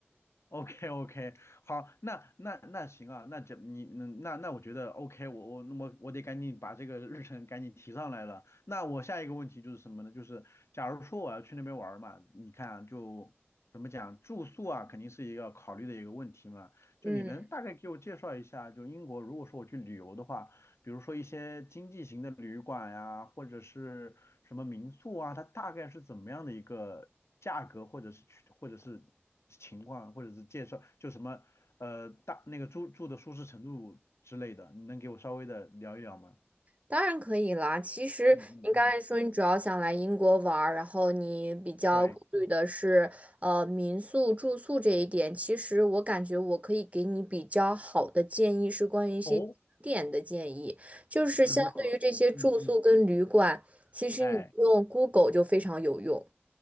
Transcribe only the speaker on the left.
<laughs> OK OK，好，那那那行啊，那这你嗯那那我觉得 OK，我我那么我得赶紧把这个日程赶紧提上来了。那我下一个问题就是什么呢？就是假如说我要去那边玩儿嘛，你看啊就怎么讲，住宿啊肯定是一个要考虑的一个问题嘛。就你能大概给我介绍一下，
就英国如果说我去旅游的话，比如说一些经济型的旅馆呀、或者是什么民宿啊，它大概是怎么样的一个价格，或者是去或者是情况，或者是介绍，就什么呃大那个住住的舒适程度之类的，你能给我稍微的聊一聊吗？
嗯嗯嗯，
对，
哦，
如何？嗯嗯，
哎